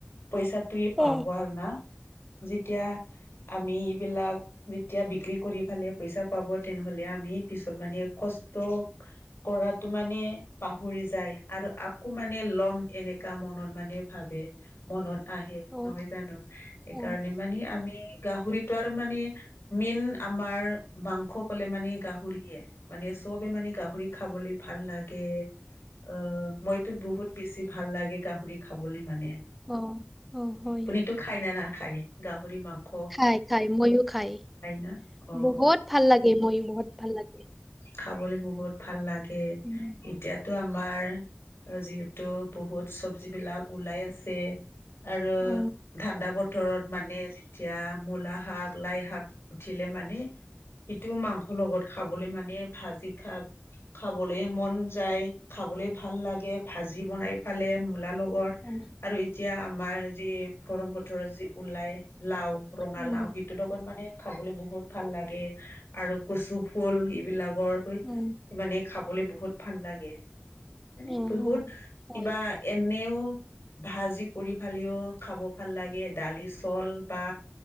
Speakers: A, on the left; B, in the centre.
A: পইচাটোয়ে
B: অ
A: পাব
B: অ অ
A: আৰু না, যেতিয়া আমি এইবিলাক যেতিয়া বিক্ৰী কৰি ফালে পইচা পাব তেনেহ'লে আমি পিছত মানে কষ্ট কৰাটো মানে পাহৰি যায় আৰু আ কৌ মানে ল'ম এনেকা মনত মানে ভাবে। মনত আহে
B: অ অ
A: নহয় জানো? সেইকাৰণে
B: অ
A: মানে আমি গাহৰিতো আৰু মানে মেইন আমাৰ মাংস ক'লে মানে গাহৰিয়ে, মানে চবে মানে গাহৰি খাবলে ভাল লাগে, অ', মই টো বহুত বেছি ভাল লাগে গাহৰি খাবলে মানে।
B: অ', অ', হয়।
A: তো খায় নে নাখায় গাহৰি মাংস?
B: খাই খাই ময়ো খাই
A: না অ
B: বহুত ভাল লাগে ময়ো বহুত ভাল লাগে।
A: খাবলে বহুত ভাল লাগে।
B: উম,
A: এতিয়াতো আমাৰ আৰু যিহেতু বহুত চবজি বিলাক ওলাই আছে। আৰু
B: অ
A: ঠাণ্ডা বতৰত মানে যেতিয়া মূলা শাক লাই শাক উঠিলে মানে সিটো মাংস লগত খাম খাবলে মানে ভাজি খাব খাবলে মন যায় খাবলে ভাল লাগে ভাজি বনাই ফালে মূলাৰ লগত
B: উঁ
A: আৰু এতিয়া আমাৰ যি গৰম বতৰত যি ওলাই লাও ৰঙালাও
B: অ
A: সি <unintelligible> লগত মানে খাবলে বহুত ভাল লাগে আৰু কচু ফুল এইবিলাকৰ
B: অ
A: মানে খাবলে বহুত ভাল লাগে মানে
B: অ
A: বহুত
B: অ হয়
A: কিবা এনেও ভাজি কৰি ফালিও খাব ভাল লাগে দালি চল বা